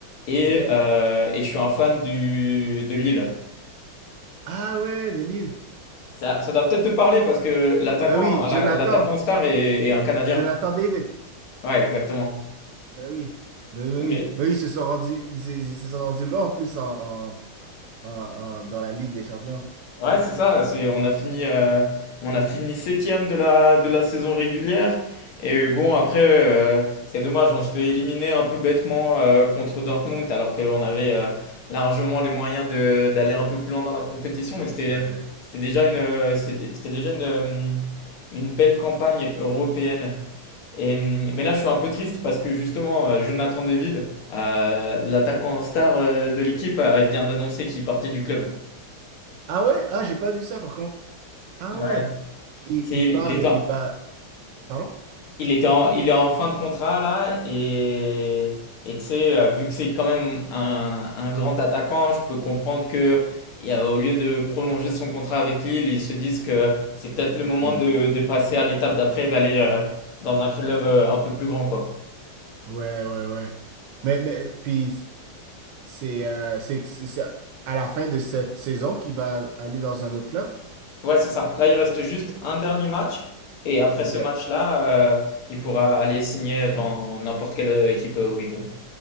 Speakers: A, on the left; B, on the right.
A: et,
B: OK.
A: euh, et je suis un fan du, de Lille.
B: Ah ouais, de Lille.
A: Ça, ça doit peut-être te parler parce que l'attaquant,
B: Bah oui,
A: la-
B: Jonathan,
A: l'attaquant star est, est un Canadien.
B: Jonathan David.
A: Ouais, exactement.
B: Ben oui, mais, mais
A: Non,
B: oui,
A: Mais
B: mais oui, ils se sont rendus, ils, se ils se sont rendus là en plus en, en- en- en- dans la Ligue des Champions.
A: Ouais, c'est ça. C'est, on a fini, euh, on a fini septième de la, de la saison régulière. Et bon, après, euh, c'est dommage, on se fait éliminer un peu bêtement euh, contre Dortmund, alors qu'on avait euh, largement les moyens de, d'aller un peu plus loin dans la compétition. Mais c'était,
B: Ouais.
A: c'était déjà une, euh, c'était, c'était déjà une, euh, une belle campagne européenne. Et, euh, mais là, je suis un peu triste parce que justement, euh, Jonathan David, euh, l'attaquant star euh, de l'équipe, euh, vient d'annoncer qu'il partait du club.
B: Ah ouais? Ah, j'ai pas vu ça par contre. Ah
A: Ouais.
B: ouais. Il,
A: C'est,
B: il
A: il
B: part
A: était,
B: et
A: en-
B: il va. Pardon?
A: il était en- il est en fin de contrat là et et tu sais, euh, vu que c'est quand même un, un grand attaquant, je peux comprendre que il y a- au lieu de prolonger son contrat avec Lille, ils se disent que c'est peut-être le
B: Hmm,
A: moment de, de passer à l'étape d'après, d'aller euh, dans un club
B: ouais.
A: euh, un peu plus grand quoi.
B: Ouais, ouais, ouais. Mais, mais puis c'est euh, c'est c'est- c'est à la fin de cette saison qu'il va aller dans un autre club.
A: Ouais, c'est ça. Là, il reste juste un dernier match et après
B: Ok.
A: ce match-là, euh, il pourra aller signer dans n'importe quelle euh, équipe euh, où il veut.